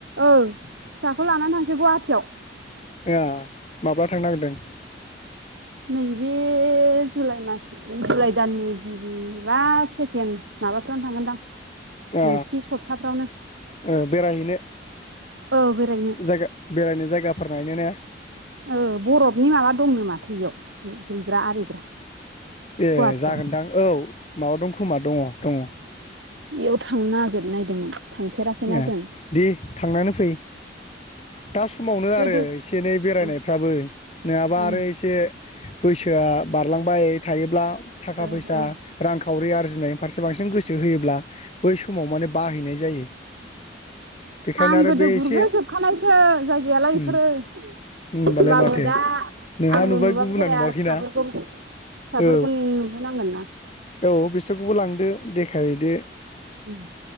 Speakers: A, on the right; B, on the left.
A: ओं। फिसाखौ लानानै थांसै गुवाहाटियाव।
B: ए आं माब्ला थांनागिरदों?
A: नैबे जुलाइ मास जुलाइ दाननि गिबि बा सेकेणड- माबाफ्रावनो थांगोनदां
B: ओ
A: नैथि सप्ताफ्रावनो।
B: ओ बेरायहैनो
A: औ बेरायनो
B: जायगा बेरायनो जायगाफोर नायनो ने
A: ओ बर'फनि माबा दंनो माथो एयाव दुगैग्रा आरिग्रा।
B: ए
A: गुवाहाटियाव
B: जागोनदां औ माबा दं खोमा दङ दङ
A: बेयाव थांनो नागिरनायदोंमोन थांफेराखैना
B: ए
A: जों
B: दे थांनानै फै दा समावनो
A: जाबाय
B: आरो
A: गोदो
B: एसे एनै बेरायनायफ्राबो
A: उम
B: नङाबा
A: उम
B: आरो एसे बैसोआ बारलांबाय थायोब्ला थाखा
A: ओ
B: फैसा
A: ओ
B: रां खावरि आरजिनाय फारसे बांसिन गोसो होयोब्ला बै समाव माने बाहैनाय जायो बेखायनो
A: आं
B: आरो
A: गोदो
B: बे
A: गुरग्रोजोबखानायसो
B: एसे
A: जायगायालाय
B: उम
A: बेफोरो होमबाबो
B: होनबालाय माथो
A: दा
B: नोंहा
A: आंल'
B: नुबाय
A: नुबाबो
B: गुबुना
A: जाया
B: नुवाखैना
A: फिसाफोरखौ फिसाफोरखौनि
B: औ
A: नुहोनांगोन ना
B: औ बिसोरखौबो लांदो देखायहैदो
A: उम